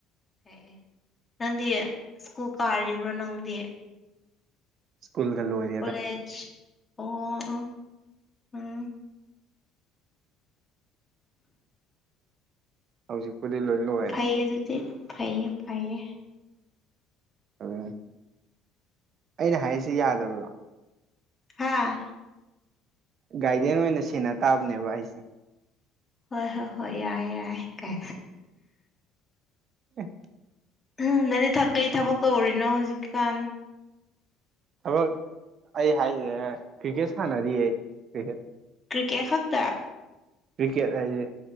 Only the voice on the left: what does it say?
ꯑꯦ ꯅꯪꯗꯤ ꯁ꯭ꯀꯨꯜ ꯀꯥꯔꯤꯕ꯭ꯔꯣ ꯅꯪꯗꯤ
ꯀꯂꯦꯖ ꯑꯣꯍꯣ ꯎꯝ
ꯐ ꯑꯗꯨꯗꯤ ꯐꯩꯌꯦ ꯐꯌꯦ
ꯍꯥꯥ
ꯍꯣꯏ ꯍꯣꯏ ꯍꯣꯏ ꯌꯥꯏꯦ ꯌꯥꯏꯦ ꯀꯩ
ꯎꯝ ꯅꯪꯅꯦ ꯀꯩ ꯊꯕꯛ ꯇꯧꯔꯤꯅꯣ ꯍꯧꯖꯤꯛꯀꯥꯟ
ꯀ꯭ꯔꯤꯀꯦꯠ ꯈꯛꯇ